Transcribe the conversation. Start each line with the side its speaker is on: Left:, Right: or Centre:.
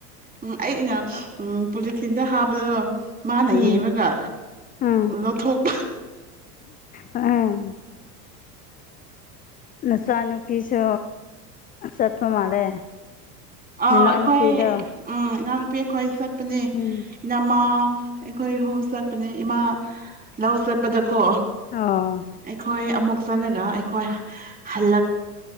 Right: ꯎꯝ ꯑꯩꯅ ꯎꯝ ꯄꯣꯂꯤꯊꯤꯟꯗ ꯍꯥꯞꯄꯗꯣ ꯃꯥꯅ
Left: ꯎꯝ
Right: ꯌꯦꯡꯉꯒ
Left: ꯎꯝ
Right: ꯂꯧꯊꯣꯛ
Left: ꯎꯝ ꯅꯆꯥ ꯅꯨꯨꯄꯤꯁꯨ ꯆꯠꯄ ꯃꯥꯜꯂꯦ
Right: ꯑꯥꯎ
Left: ꯅꯅꯥꯎ
Right: ꯑꯩꯈꯣꯏ
Left: ꯅꯨꯄꯤꯗꯣ
Right: ꯎꯝ ꯏꯅꯥꯎꯅꯨꯄꯤ ꯑꯩꯈꯣꯏ ꯆꯠꯄꯅꯦ
Left: ꯎꯝ
Right: ꯏꯅꯝꯃꯥ ꯑꯩꯈꯣꯏ ꯑꯍꯨꯝ ꯆꯠꯄꯅꯦ ꯏꯃꯥ ꯂꯧ ꯆꯠꯄꯗꯀꯣ
Left: ꯑꯣ
Right: ꯑꯩꯈꯣꯏ ꯑꯃꯨꯛ ꯆꯠꯂꯒ ꯑꯩꯈꯣꯏ ꯍꯜꯂꯛ